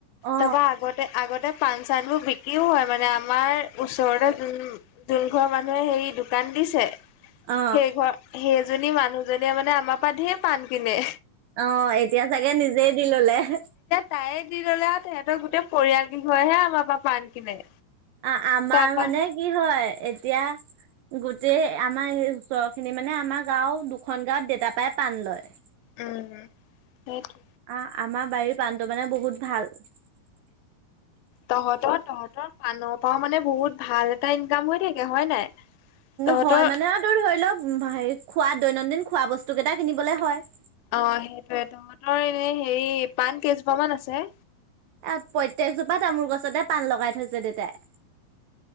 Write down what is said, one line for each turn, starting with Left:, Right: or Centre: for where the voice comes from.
Right: অ
Left: তাৰপা, আগতে আগতে পাণ চানবোৰ বিক্ৰীও হয় মানে, আমাৰ ওচৰতে যোন জোন ঘৰ মানুহে হেৰি দোকান দিছে
Right: অ
Left: সেই ঘৰ সেইজনী মানুহজনীয়ে মানে, আমাৰ পৰাাত ধে পাণ কিনে
Right: অ ', এতিয়া চাগে নিজেই দি ললে-
Left: তাইে দি ল'লে আৰু, তেহেতৰ গোটেই পৰিয়াল কি হয়হে আমাৰ পৰা পাণ কিনে
Right: অ', মাৰ
Left: তাৰপা
Right: মানে, কি হয় এতিয়া গোটেই আমাৰ এই ওচৰৰ খিনি মানে, আমাৰ গাঁওৰ দুখন গাঁৱত দেউত পায় পাণ লয়
Left: উম, সেইটো
Right: অ', আমাৰ বাৰীৰ প্ৰাণটো মানে বহুত ভাল <inaudible>
Left: তহতৰ, তহতৰ, পাণৰ পৰা মানে বহুত ভাল এটা ইনকাম হৈ থাকে হয় নাই তহঁতৰ
Right: হয় মানে, আৰু ধৰি লওক হেৰি খোৱা দৈনন্দিন খোৱা বস্তু কেইটা কিনিবলে হয়
Left: অ', সেইটোয়ে তহঁতৰ এনে হেৰি পাণ কেইজোপা মান আছে
Right: এ প্ৰত্তকজোপা তামোল গছতে পান লগাই থৈছে দেতাই